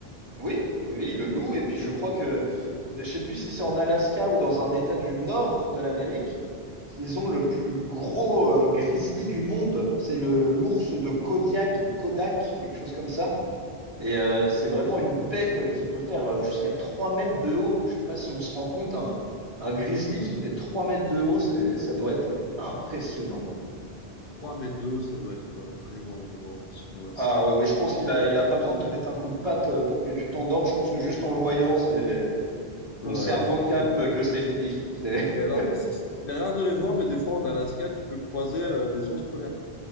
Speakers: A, on the right; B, on the left.
A: Oui, oui, oui, le loup. Et puis, je crois que, je sais plus si c'est en Alaska ou dans un état du nord de l'Amérique. qu'ils ont le plus gros euh, grizzly du monde. C'est le, le- l'ours de Kodiak ou Kodak, quelque chose comme ça. Et euh, c'est vraiment une bête qui peut faire euh, jusqu'à 3 mètres de haut. Je sais pas si on se rend compte, un, un grizzly qui fait 3 mètres de haut, c'est- ça doit être impressionnant.
B: À trois mètres de haut, ça doit être euh, vraiment, vraiment impressionnant, là, c'est
A: Ah
B: clair.
A: oui, je pense qu'il a, il a pas besoin de te mettre un coup de patte euh, pour que tu t'endormes. Je pense que juste en le voyant, c'est
B: Ouais,
A: ton cerveau
B: c'est
A: capte
B: clair.
A: que c'est fini. C'est... <laughs>
B: Et alors, c'est c'est rare de les voir, mais des fois en Alaska, tu peux croiser euh, des ours polaires.